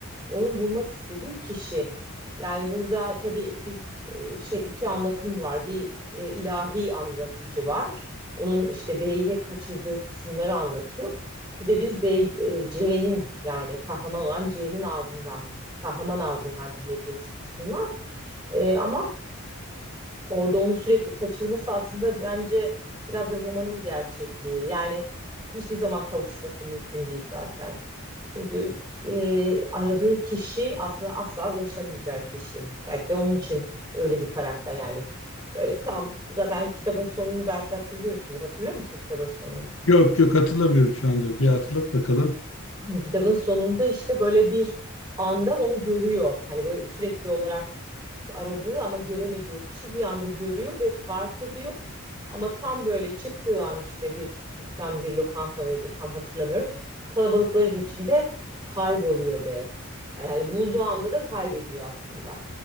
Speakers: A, on the right; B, on the left.
A: onun bulmak istediği kişi. Yani burada tabii biz e, şey iki anlatım var. Bir e, ilahi anlatıcı var. Onun işte B'yi hep kaçırdığı kısımları anlatıyor. Bir de biz B, e, C'nin yani kahraman olan C'nin ağzından, kahraman ağzından dinlediğimiz kısmı var. E, ama Orada onu sürekli kaçırması aslında bence biraz da romanın gerçekliği. Yani hiçbir zaman kavuşması mümkün değil zaten. Çünkü e, aradığı kişi aslında asla ulaşamayacağı kişi. Belki de onun için öyle bir karakter yani. Böyle tam zaten kitabın sonunu belki hatırlıyorsundur. Hatırlıyor musun kitabın sonunu?
B: Yok yok hatırlamıyorum şu anda. Bir hatırlat bakalım.
A: <clears throat> kitabın sonunda işte böyle bir anda onu görüyor. Hani böyle sürekli olarak işte aradığı ama göremediği o kişi bir anda görüyor ve fark ediyor. Ama tam böyle çıktığı an işte bir dükkan, bir lokanta mıydı tam hatırlamıyorum. Kalabalıkların içinde kayboluyor be. Yani hani bulduğu anda da kaybediyor aslında.